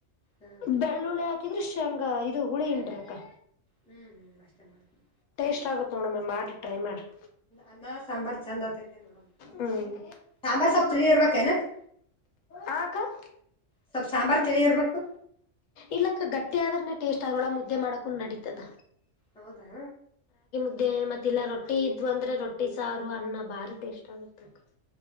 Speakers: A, in the centre; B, on the left.
A: ಹ್ಮ್
B: ಬೆಳ್ಳುಳ್ಳಿ ಹಾಕ ಯಾ ದೃಶ್ಯಂಗ ಇದು ಹುಳಿ ಇಂಡ್ರಕ್ಕ
A: ಹ್ಮ್ ಹ್ಮ್ ಮಷ್ಟ <unintelligible> ಮಾಡ್ತೀನಿ
B: ಟೇಸ್ಟ್ ಆಗುತ್ತ ನೋಣಮ ಮಾಡಿ ಟೈ ಮಾಡ್ರಿ
A: ಅನ್ನ ಸಾಂಬಾರ್ ಚಂದ್ ಆತೈತೆ ನೋಡಮ
B: ಹ್ಮ್
A: ಸಾಂಬಾರ್ ಹುಳಿ ಇರ್ಬೇಕ ಕನಾ <unintelligible>
B: ಹಾಕ <unintelligible>
A: ಸ್ವಲ್ಪ್ ಸಾಂಬಾರ್ ತಿಳಿ ಇರ್ಬೇಕು
B: ಇಲ್ಲಕ್ಕ ಗಟ್ಟಿ ಆದ್ರನನೆ ಟೇಸ್ಟ್ ಆದ್ರಳ ಮುದ್ದೆ ಮಾಡಕುನ್ ನಡೀತದ
A: ಹೌದಾ
B: ಇೇ <unintelligible> ಮತ್ತ ಇಲ್ಲ ರೊಟ್ಟಿ ಇದ್ವ ಅಂದ್ರೆ ರೊಟ್ಟಿ ಸಾರು ಅನ್ನ ಭಾರಿ ಟೇಸ್ಟ್ ಆಗತ್ತಕ್